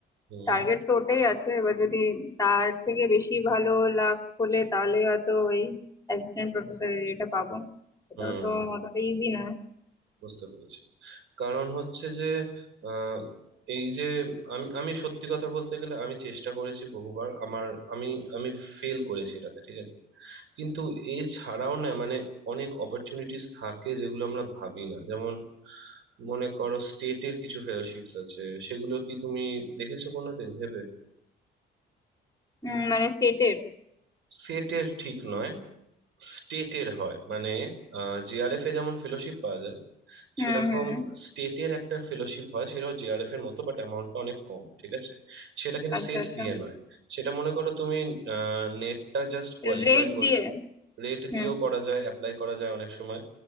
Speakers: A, on the right (about 75°); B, on the left (about 15°).
A: হুম
B: টার্গেট তো ওটাই আছে এবার যদি তার থেকে বেশি ভালো লাভ হলে তাহলে হয়তো ওই অ্যাসিস্ট্যান্ট প্রফেসরের এটা পাবো এটাও
A: হুম
B: তো অতটা ইজি না
A: বুঝতে পেরেছি কারণ হচ্ছে যে আহ, এই যে আমি আমি সত্যি কথা বলতে গেলে আমি চেষ্টা করেছি বহুবার আমার আমি আমি ফেল করেছি এটাতে ঠিক আছে কিন্তু এছাড়াও না মানে অনেক অপরচুনিটিস থাকে যেগুলো আমরা ভাবি না যেমন মনে করো স্টেটের কিছু ফেলোশিপস আছে সেগুলো কি তুমি দেখেছো কোনোদিন ভেবে
B: হুম মানে সেটের
A: সেটের ঠিক নয় স্টেটের হয় মানে জিআরএফ এ যেমন ফেলোশিপ পাওয়া যায়
B: হুম
A: সেরকম
B: হুম
A: স্টেটের একটা ফেলোশিপ হয় সেটাও জেআরএফ এর মতো বাট অ্যামাউন্টটা অনেক কম ঠিক আছে সেটা কিন্তু
B: আচ্ছা
A: সেট
B: আচ্ছা
A: দিয়ে নয় সেটা মনে করো তুমি নেটটা জাস্ট কোয়ালিফাই
B: রেট
A: কর
B: দিয়ে
A: রেট
B: হুম
A: দিয়েও করা যায় অ্যাপ্লাই করা যায় অনেক সময়